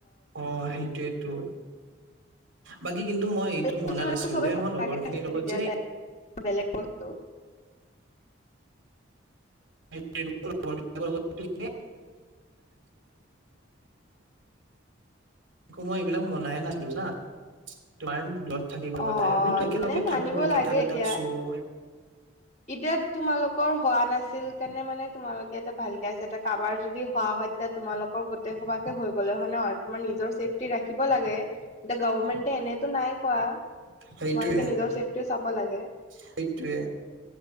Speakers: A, on the right; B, on the left.
A: অ সেইটোৱেইতটো বাকী কিন্তু টো মই
B: হৈছে
A: এইটো মনা
B: মানে
A: নাছিলো
B: চবে
A: দেই
B: চাফাকে
A: মই লগৰ
B: আছিলে
A: খিনিৰ লগত
B: তেতিয়া
A: যে
B: টাইম বেলেগ বস্তু
A: <unintelligible> <unintelligible> একো মই এইবিলাক মনাই নাছিলো যানা তোমাৰ দূৰত থাকি
B: অ', অ',
A: তাই আমো একেলগে
B: মানে মানিব
A: থাকো এটা
B: লাগে
A: দুটাক
B: এতিয়া।
A: চুৰ
B: এতিয়া তোমালোকৰ হোৱা নাছিল কাৰণে মানে তোমালোকে এটা ভালকে আছে এতিয়া কাৰবাৰ যদি হোৱা হয় তেতিয়া তোমালোকৰ গোটেই সোবাকে হৈ গ'লে হয় ন তোমাৰ নিজৰ চেফ ৰাখিব লাগে এতিয়া গভমেণ্টে এনে টো নাই কোৱা
A: সেইটোয়ে
B: তোমালোকে নিজৰ চেফটিও চাব লাগে
A: সেইটোয়ে